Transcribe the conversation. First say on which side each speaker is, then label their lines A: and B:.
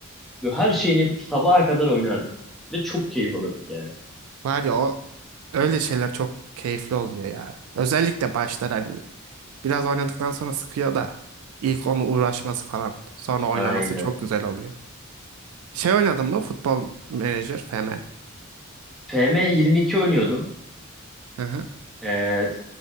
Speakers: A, in the centre; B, on the right.
A: Ve her şeyini yapıp sabaha kadar oynardık. Ve çok keyif alırdık yani.
B: Var ya o öyle şeyler çok keyifli oluyor ya. Özellikle başlar hani biraz oynadıktan sonra sıkıyor da ilk onu uğraşması falan sonra oynaması
A: Aynen.
B: çok güzel oluyor. Şey oynadın mı? Futbol Manager FM.
A: FM 22 oynuyordum.
B: Hı hı.
A: Ee,